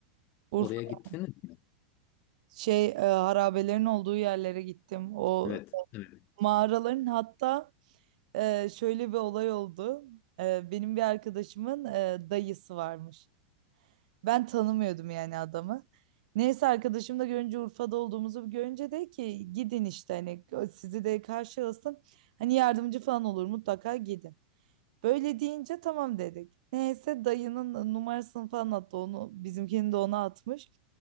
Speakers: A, on the right (about 60°); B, on the left (about 40°).
A: Urfa
B: Oraya gittiniz mi?
A: şey e, harabelerin olduğu yerlere gittim. O
B: Evet. Evet.
A: mağaraların hatta e, şöyle bir olay oldu. E, benim bir arkadaşımın e, dayısı varmış. Ben tanımıyordum yani adamı. Neyse arkadaşım da görünce Urfa'da olduğumuzu görünce de ki gidin işte hani sizi de karşı alsın. Hani yardımcı falan olur mutlaka gidin. Böyle deyince tamam dedik. Neyse dayının numarasını falan attı onu. Bizimkini de ona atmış.